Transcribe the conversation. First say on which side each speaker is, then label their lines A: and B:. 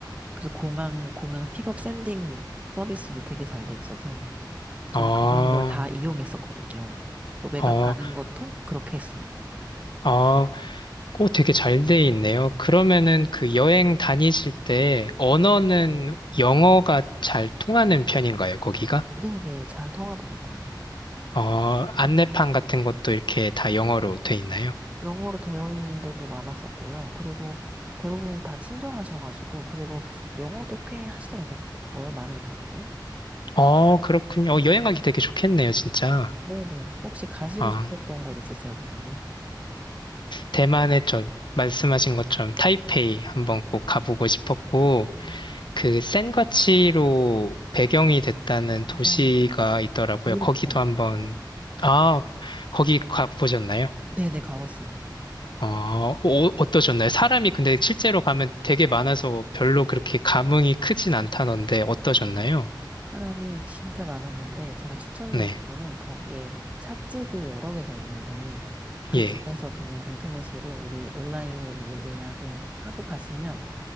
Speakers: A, on the right; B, on the left.
A: 그래서 공항, 공항 픽업 샌딩 서비스도 되게 잘 돼 있어서, 저는
B: 아,
A: 그런 걸 다 이용했었거든요. 또 외곽
B: 어,
A: 가는 것도 그렇게 했어요.
B: 아, 꼭 되게 잘 돼 있네요. 그러면은 그 여행 다니실 때 언어는 영어가 잘 통하는 편인가요, 거기가?
A: 네네, 잘 통하더라고요.
B: 어,
A: 음.
B: 안내판 같은 것도 이렇게 다 영어로 돼 있나요?
A: 영어로 되어 있는 데도 많았었고요. 그리고 대부분 다 친절하셔가지고, 그리고 영어도 꽤 하시더라고요, 많은 분들이.
B: 어, 그렇군요. 어, 여행 가기 되게 좋겠네요, 진짜.
A: 네네. 혹시 가시고
B: 아,
A: 싶었던 곳 있으세요, 대만에?
B: 대만에 저 말씀하신 것처럼 타이페이 한번 꼭 가보고 싶었고,
A: 음.
B: 그 센과치로 배경이 됐다는
A: 일단,
B: 도시가 있더라고요.
A: 기일품.
B: 거기도 한번, 아, 거기 가보셨나요?
A: 네네, 가봤어요.
B: 어, 어, 어떠셨나요? 사람이 근데 실제로 가면 되게 많아서 별로 그렇게 감흥이 크진 않다던데 어떠셨나요?
A: 사람이 진짜 많았는데, 제가 추천드린
B: 네,
A: 거는 거기에 찻집이 여러 개가 있는데, 그
B: 예.
A: 중에서 그냥 인터넷으로 우리 온라인으로 미리 예약을 하고 가시면,